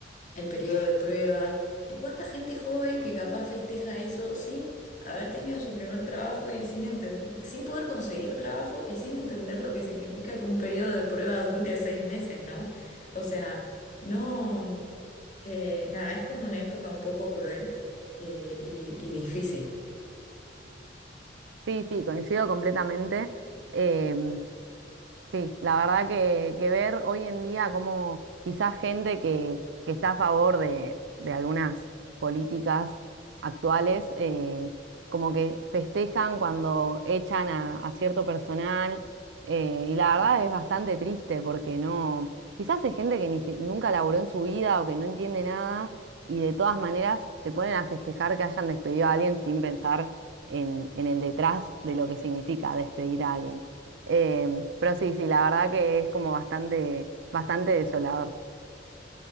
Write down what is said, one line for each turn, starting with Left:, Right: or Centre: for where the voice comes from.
Left: el periodo de prueba, de cuánta gente joven que capaz festeja eso sin haber tenido su primer trabajo y sin enten- sin poder conseguir trabajo y sin entender lo que significa que un periodo de prueba <laughs> dure seis meses, ¿no? O sea, no, eh, nada, es como una época un poco cruel eh, y, y difícil.
Right: Sí, sí, coincido completamente. Em, Sí, la verdad que, que ver hoy en día como quizás gente que, que está a favor de, de algunas políticas actuales, eh, como que festejan cuando echan a, a cierto personal, eh, y la verdad es bastante triste porque no, quizás es gente que ni si- nunca laburó en su vida o que no entiende nada y de todas maneras se ponen a festejar que hayan despedido a alguien sin pensar en, en el detrás de lo que significa despedir a alguien. Em, pero sí, sí, la verdad que es como bastante, bastante desolador.